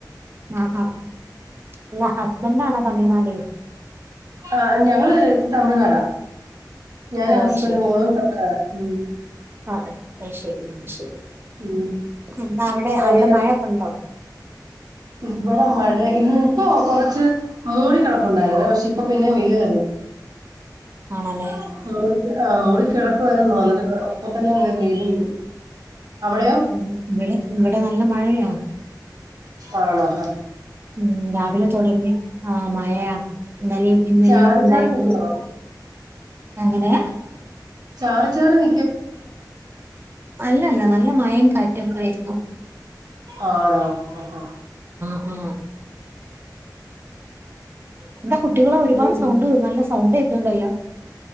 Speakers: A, on the right; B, on the right.
A: ആഹ് ആ ഇല്ല ഹസ്ബെൻ് ആണോ തമിഴ് നാട്
B: ആ ഞങ്ങള് തമിഴ്നാടാ ഞാൻ
A: ഓ
B: ഹസ്ബൻഡും
A: അത് ശരി
B: മോളും തമിഴ്നാടാ മ്
A: ആ അയ് ശരിയ അയ്ശരി
B: ഉം.
A: എന്താ അവിടെ
B: ആ,
A: അവിടെ
B: ഏ-
A: മഴക്കെണ്ടോ
B: ഇവിടെ മഴ ഇന്ന് ഇപ്പോ കൊറച്ച് മൂടിക്കിടപ്പുണ്ടായിരുന്ന പക്ഷേ ഇപ്പൊ പിന്നെ വെയില്
A: ആണല്ലേ
B: <unintelligible> മൂടിക്ക് ആ മൂടി കിടക്കുവായിരുന്നു
A: ഉം
B: വന്നിട്ട് ഇപ്പ തന്ന വെയിലും അവിടെയോ
A: ഉം ഇവിടെ ഇവിടെ നല്ല മഴയാ
B: ആണോ ഹാ
A: ഉം രാവിലെ തുടങ്ങി ആ മഴയാ ഇന്നലെയും ഇന്നലെയോ
B: ചാറി
A: ഉണ്ടായിരുന്നു
B: ചാറി നിൽക്കുവാണോ
A: അങ്ങനെയാ
B: ചാറ് ചാറ് നിക്കുവായിരുന്നോ
A: അല്ലല്ല നല്ല മയയും കാറ്റും ഒക്കെ ആയിരുന്നു
B: ആണോ ആ ആ
A: ആ ആ എന്റെ കുട്ടികളെ ഒരുപാട്
B: ഉം.
A: സൗണ്ട് നല്ല സൗണ്ടേക്കണ് ണ്ടല്ലോ